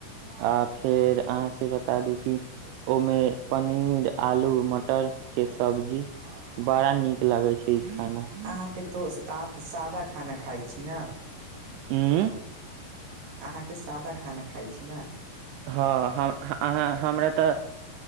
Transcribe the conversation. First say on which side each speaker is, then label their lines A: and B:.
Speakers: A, on the right; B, on the right.
A: आ फेर अहाँ से बता दू कि ओहिमे पनीर आलू मटर के सब्जी बड़ा नीक लगे छै खाना उ
B: अहाँ के तो तऽ आब सादा खाना खाइ छी ना
A: ह्म
B: अहाँके सादा खाना खाइ छी नै
A: हँ हम अहाँ हमरा तऽ